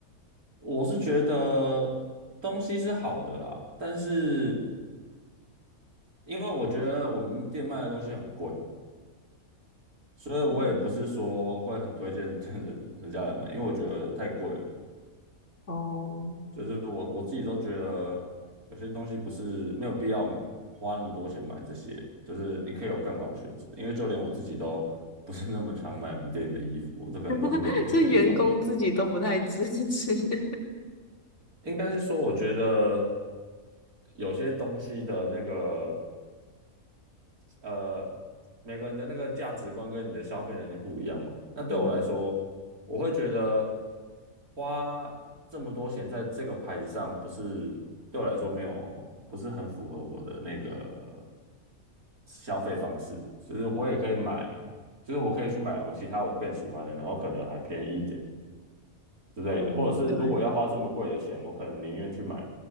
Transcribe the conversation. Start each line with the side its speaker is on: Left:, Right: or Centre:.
Right: 我是觉得东西是好的啦，但是因为我觉得我们店卖的东西很贵，所以我也不是说会很推荐
Left: 嗯
Right: <laughs> 的人家来买，因为我觉得太贵了。
Left: 哦，
Right: 就是我我自己都觉得有些东西不是没有必要花那么多钱买这些，就是你可以有更好的选择。因为就连我自己都不是那么常买我们店里的衣服，我都可能都是买别的地方。
Left: <laughs> 所以员工自己都不太支持。<laughs>
Right: 应该是说，我觉得有些东西的那个。呃，每个人的那个价值观跟你的消费能力不一样嘛。那对我来说，
Left: 嗯，
Right: 我会觉得花这么多钱在这个牌子上，不是对我来说没有，不是很符合我的那个消费方式。就是我也可以买，就是我可以去买我其他我更喜欢的，然后可能还便宜一点之类的。
Left: 哦，
Right: 或者是如果要花这么贵的钱，
Left: 对，
Right: 我可能宁愿去买